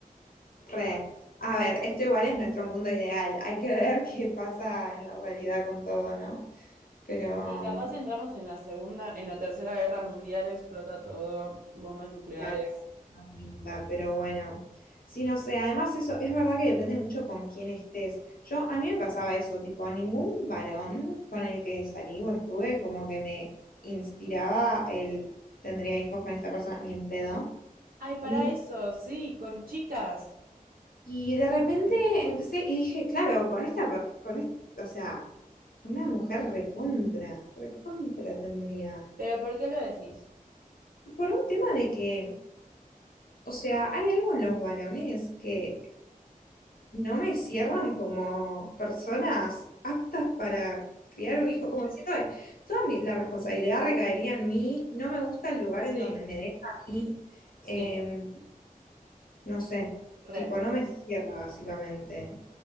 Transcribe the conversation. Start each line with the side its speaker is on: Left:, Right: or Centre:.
Left: Re. A ver, esto igual es nuestro mundo ideal. Hay que ver <laughs> qué pasa en la realidad con todo, ¿no? Pero,
Right: Sí, capaz
Left: mm,
Right: entramos en la segunda, en la tercera guerra mundial, explota todo, bombas nucleares.
Left: claro, no pinta, pero bueno. Sí, no sé, además eso es verdad que depende mucho con quién estés. Yo, a mí me pasaba eso, tipo, ningún varón con el que salí o estuve como que me inspiraba el tendría hijos con esta persona, ni en pedo,
Right: Ay, para
Left: ni
Right: eso, sí, con chicas.
Left: Y de repente empecé y dije, claro, con esta, per- con es- o sea, una mujer recontra, recontra tendría.
Right: Pero ¿por qué lo decís?
Left: Por un tema de que, o sea, hay algo en los varones que no me cierran como personas aptas para criar un hijo, como diciendo, "Eh, toda mi- la responsabilidad recaería en mí, no me gusta el lugar
Right: Sí,
Left: en donde me deja a mí,
Right: sí,
Left: em, no sé,
Right: re,
Left: tipo, no me cierra básicamente,